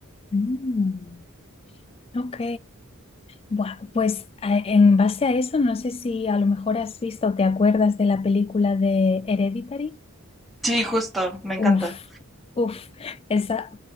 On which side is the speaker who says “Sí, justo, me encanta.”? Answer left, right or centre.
Centre